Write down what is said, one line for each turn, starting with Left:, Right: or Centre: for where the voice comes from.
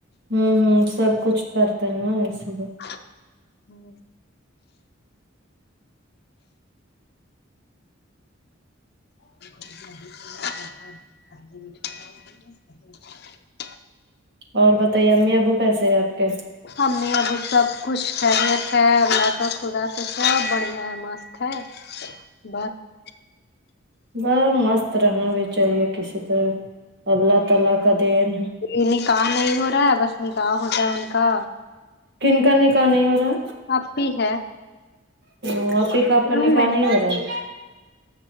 Right: ھمم ھمم سب کچھ کرتے ہیں نا ایسے لئے
Left: ہم <unintelligible>
Right: اور بتائیے امی ابو کیسے ہے آپ کے
Left: امی ابو سب کچھ خیریت ہے اللہ کا خدا سے سب بڑھیا ہے مست ہے بس
Right: ھمم مست رہنا بھی چاہیے کسی طرح اللہ تعالی کا دین
Left: یہ نکاح نہیں ہو رہا ہے بس نکاح ہو جائے ان کا
Right: کن کا نکاح نہیں ہو رہا
Left: اپی ہے
Right: ھمم <unintelligible> کا نکاح
Left: روم میں
Right: نہیں ہو رہا ہے